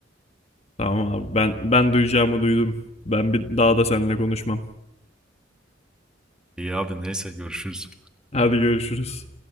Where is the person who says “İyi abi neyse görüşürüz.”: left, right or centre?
Centre